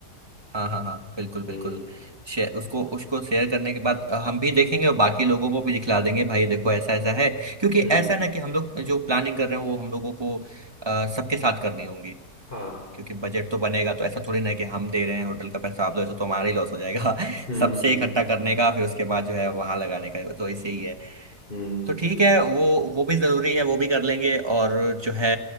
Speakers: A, on the right; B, on the left.
A: हाँ हाँ हाँ बिल्कुल
B: हम्म
A: बिल्कुल शेयर उसको उसको शेयर करने के बाद अ, हम भी देखेंगे और बाकी लोगों को भी दिखला देंगे भाई देखो ऐसा ऐसा है क्योंकि
B: हम्म
A: ऐसा ना कि हम लोग जो प्लानिंग कर रहे हैं वो हम लोगों को अ, सबके साथ करनी होंगी
B: हाँ
A: क्योंकि बजट तो बनेगा तो ऐसा थोड़ी ना है कि हम दे रहे हैं होटल का पैसा आप दो ऐसा तो हमारा ही लॉस हो जाएगा <laughs>
B: हम्म
A: सबसे
B: हम्म
A: इकट्ठा करने का फिर उसके बाद जो है वहां लगाने का तो इसे ही है
B: हम्म।
A: तो ठीक है वो वो भी जरूरी है वो भी कर लेंगे और जो है